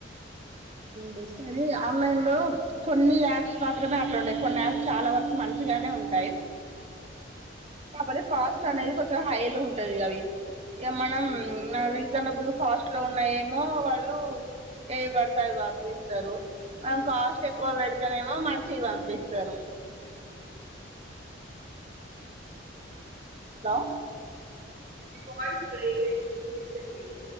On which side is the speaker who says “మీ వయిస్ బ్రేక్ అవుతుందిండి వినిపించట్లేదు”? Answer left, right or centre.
Right